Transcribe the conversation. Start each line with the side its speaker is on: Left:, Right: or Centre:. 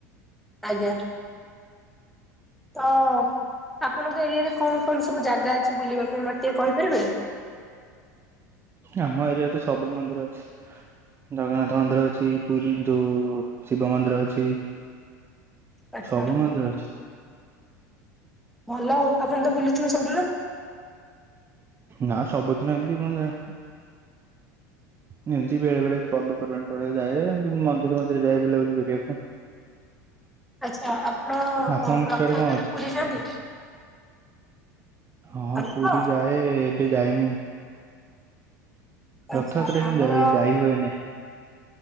Centre: ଆଜ୍ଞା। ତ ଆପଣଙ୍କ ଏରିଆରେ କଣ କଣ ସବୁ ଜାଗା ଅଛି ବୁଲିବା ପାଇଁ ମତେ ଟିକେ କହିପାରିବେ।
Right: ଆମ ଏରିଆରେ ତ ସବୁ ମନ୍ଦିର ଅଛି। ଜଗନ୍ନାଥ ମନ୍ଦିର ଅଛି ପୁରୀ ଯୋଉ ଶିବ ମନ୍ଦିର ଅଛି।
Centre: ଆଚ୍ଛା।
Right: ସବୁ ମାନ୍ଦୀ ର ଅଛି।
Centre: ଭଲ ଆପଣ ତ ବୁଥିବେ ସବୁଦିନ।
Right: ନା ସବୁଦିନ ଏମିତି କଣ ଯାଏ ଏମିତି ବେଳେ ବେଳେ ପର୍ବପର୍ବାଣି ପଡେ ଯାଏ ଏମିତି ମଝିରେ ମଝିରେ ଯାଏ ବୁଲାବୁଲି କରିବାକୁ।
Centre: ଆଚ୍ଛା ଆପଣ
Right: ଆପଣଙ୍କ
Centre: ରଥ
Right: ସିଆଡେ କଣ
Centre: ଯାତ୍ରା
Right: ଅଛି
Centre: ରେ ଯାନ୍ତି।
Right: ହଁ
Centre: ଆମର
Right: ପୁରୀ ଯାଏ ଏବେ ଯାଇନି।
Centre: ଆଚ୍ଛା
Right: ରଥଯାତ୍ରା
Centre: ଆମର
Right: କିନ୍ତୁ ଯାଇ ଯାଇହୁଏନି।